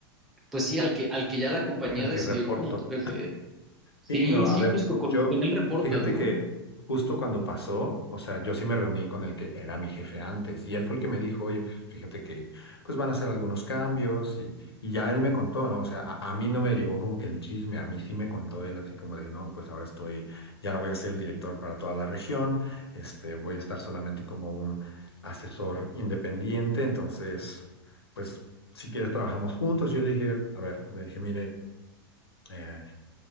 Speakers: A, in the centre; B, on the left (about 85°).
A: pues sí, al que, al que ya la compañía
B: <laughs> al
A: decidió
B: que reporto.
A: como tu jefe. Sí,
B: Sí, no,
A: sí,
B: a ver,
A: justo con,
B: yo,
A: con él reportas,
B: fíjate
A: ¿no?
B: que justo cuando pasó, o sea, yo sí me reuní con el que era mi jefe antes y él fue el que me dijo, oye, pues, fíjate que pues van a hacer algunos cambios y, y ya él me contó, ¿no? O sea, a, a mí no me llegó como que el chisme, a mí sí me contó él así como de, no, pues ahora estoy, ya no voy a ser el director para toda la región, este, voy a estar solamente como un asesor independiente, entonces, pues si quieres trabajamos juntos. Yo le dije, a ver, le dije, mire, eh,